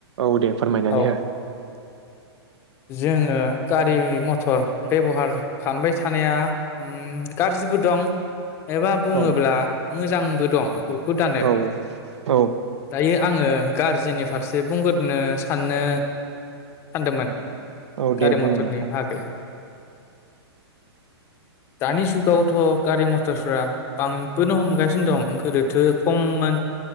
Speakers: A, on the right (about 85°); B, on the left (about 15°).
A: औ दे फोरमायनानै
B: औ
A: हो
B: जोङो गारि मथर बेबहार खालामबाय थानाया ओम गाज्रिबो दं एबा बुङोब्ला
A: औ
B: मोजांबो दं बहुदानो
A: औ औ
B: दायो आङो गारजिनि फारसे बुंगोरनो साननो सानदोंमोन
A: औ
B: गारि
A: दे बुं
B: मथरनि
A: नोंथां
B: बाहागै दानि सुख औथ' गारि मथरफ्रा बांबोनो हमगासिनो दं गोदोथो खममोन